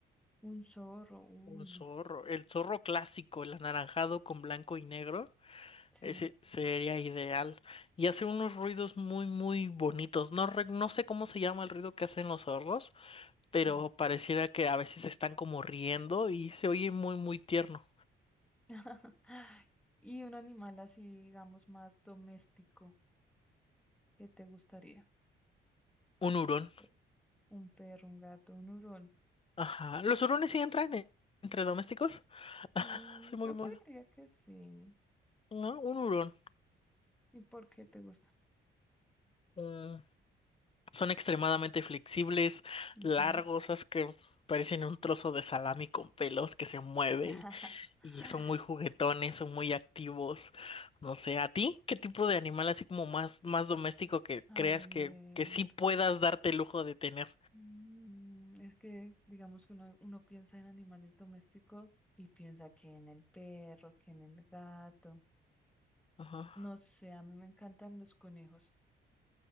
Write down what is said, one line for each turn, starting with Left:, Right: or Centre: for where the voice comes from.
Centre: Un zorro, uy,
Left: Un zorro. El zorro clásico, el anaranjado con blanco y negro.
Centre: sí,
Left: Ese sería ideal. Y hace unos ruidos muy, muy bonitos. No, re- no sé cómo se llama el ruido que hacen los zorros, pero
Centre: sí.
Left: pareciera que a veces están como riendo y se oye muy, muy tierno.
Centre: <laughs> Y un animal así, digamos, más doméstico, ¿qué te gustaría?
Left: Un hurón.
Centre: Pe- Un perro, un gato, un hurón.
Left: Ajá. Los hurones sí entran en- entre domésticos.
Centre: Mm,
Left: <laughs> Soy muy,
Centre: yo
Left: muy.
Centre: creería que sí.
Left: No, un hurón.
Centre: ¿Y por qué te gusta?
Left: Mm. Son extremadamente flexibles,
Centre: Ujú.
Left: largos, es que parecen un trozo de salami con pelos que se mueve
Centre: <laughs>
Left: y son muy juguetones, son muy activos. No sé, ¿a ti qué tipo de animal así como más, más doméstico que
Centre: A
Left: creas
Centre: ver,
Left: que, que sí puedas darte el lujo de tener?
Centre: mm, es que digamos que uno, uno piensa en animales domésticos y piensa que en el perro, que en el gato.
Left: Ajá.
Centre: No sé, a mí me encantan los conejos.